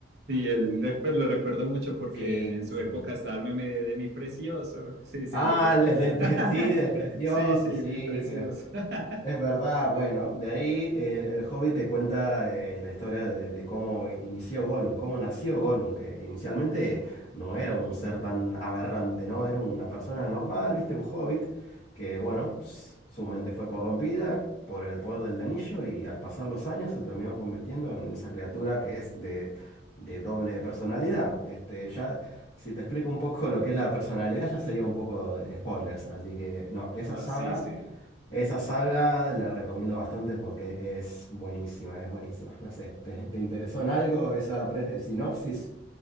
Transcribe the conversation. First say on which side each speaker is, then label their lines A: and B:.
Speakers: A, on the right; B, on the left.
A: Sí, el, re- pues lo recuerdo mucho porque
B: Sí,
A: en, en su
B: sí.
A: época estaba el meme de, de mi precioso. <laughs> Sí, sí,
B: Ah,
A: yo recuerdo.
B: el, el del,
A: <laughs>
B: <laughs> pre- sí, del precioso,
A: Sí, sí,
B: sí.
A: mi precioso. <laughs>
B: Es verdad, bueno, de ahí eh, el Hobbit te cuenta eh, la historia de, de cómo inició Gollum, cómo nació Gollum, que inicialmente no era un ser tan aberrante, ¿no? Era una persona normal, ¿viste? Un Hobbit, que bueno, s- su mente fue corrompida por el poder del anillo y al pasar los años se terminó convirtiendo en esa criatura que es de, de doble personalidad. Este, ya, si te explico un poco lo que es la personalidad, ya sería un poco de spoilers, así que no, esa
A: Ah,
B: saga...
A: sí, sí.
B: Esa saga la recomiendo bastante porque es buenísima, es buenísima. No sé, ¿te, te interesó en algo esa pre- sinopsis?